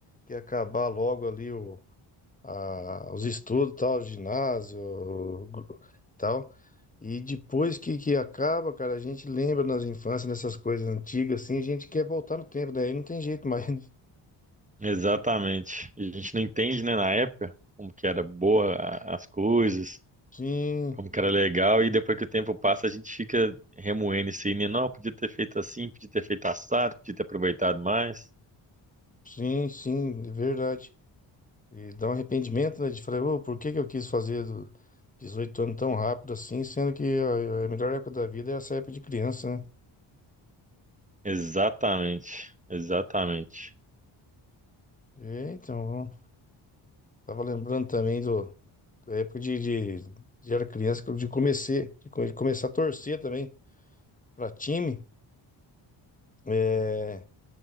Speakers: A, on the left; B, on the right.
A: quer acabar logo ali a- os estudos, tal, ginásio, gru- tal. E depois que, que acaba, cara, a gente lembra nas infâncias, nessas coisas antigas, assim, a gente quer voltar no tempo, daí não tem jeito mais. <laughs> né?
B: Exatamente. E a gente não entende, né, na época, como que era boa a- as coisas,
A: Sim,
B: Como que era legal, e depois que o tempo passa, a gente fica remoendo isso aí, né? não, podia ter feito assim, podia ter feito assado, podia ter aproveitado mais.
A: sim, sim, é verdade. E dá um arrependimento, né, de falar, "Ô, por que que eu quis fazer do 18 anos tão rápido assim, sendo que a, a melhor época da vida é essa época de criança, né?
B: Exatamente, exatamente.
A: E, então, tava lembrando também do da época de, de, de era criança, que eu- de comecei, de co- de começar a torcer também para time, é,